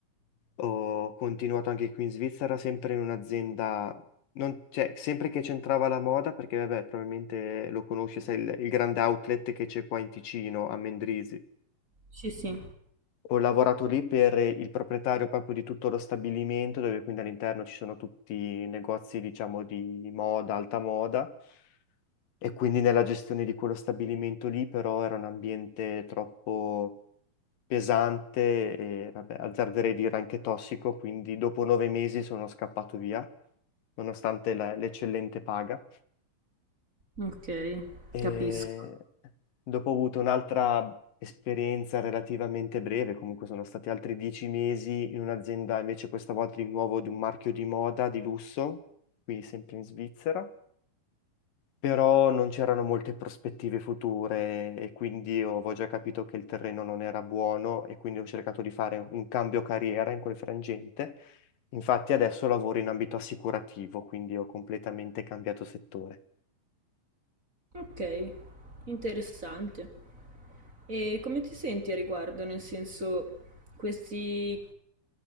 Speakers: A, on the left; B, on the right.
A: Ho continuato anche qui in Svizzera, sempre in un'azienda, non- cioè, sempre che c'entrava la moda, perché vabbè, probabilmente lo conosci, sai, il, il grande outlet che c'è qua in Ticino, a Mendrisio.
B: Sì, sì,
A: Ho lavorato lì per il proprietario proprio di tutto lo stabilimento, dove quindi all'interno ci sono tutti i negozi, diciamo, di moda, alta moda, e quindi nella gestione di quello stabilimento lì, però era un ambiente troppo pesante e, vabbè, azzarderei dire anche tossico, quindi dopo nove mesi sono scappato via, nonostante la- l'eccellente paga.
B: okay,
A: E
B: capisco.
A: dopo ho avuto un'altra esperienza relativamente breve, comunque sono stati altri dieci mesi in un'azienda, invece questa volta di nuovo di un marchio di moda di lusso, qui sempre in Svizzera, però non c'erano molte prospettive future e quindi io avevo già capito che il terreno non era buono e quindi ho cercato di fare un cambio carriera in quel frangente. Infatti adesso lavoro in ambito assicurativo, quindi ho completamente cambiato settore.
B: Okay, interessante. E come ti senti a riguardo? Nel senso, questi